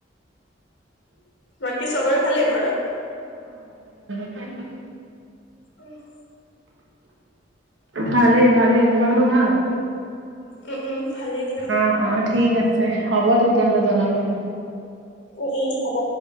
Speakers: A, on the left; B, on the right.
A: বাকী চবৰে ভালেই ঘৰত
B: উম
A: অহ
B: ভালে ভালে তোমালোকৰ ভাল
A: উম উম ভালেই দিয়া
B: অ অ ঠিক আছে হ'ব তেতিয়াহ'লে জনাবা উম
A: ই ই হ'ব